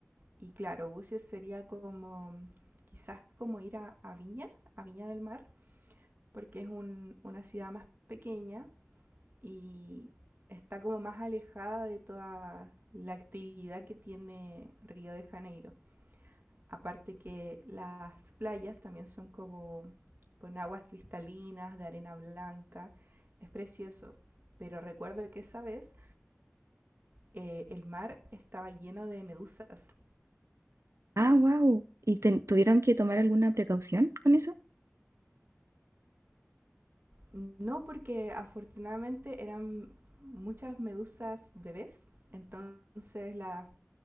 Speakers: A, on the right; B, on the right.
A: Y claro, Bucios sería como mm, quizás como ir a, a Viña, a Viña del Mar, porque es un- una ciudad más pequeña y está como más alejada de toda la actividad que tiene Río de Janeiro. Aparte que las playas también son como con aguas cristalinas, de arena blanca, es precioso. Pero recuerdo que esa vez eh, el mar estaba lleno de medusas.
B: Ah, wow. ¿Y ten- tuvieron que tomar alguna precaución con eso?
A: No porque afortunadamente eran muchas medusas bebés, entonces las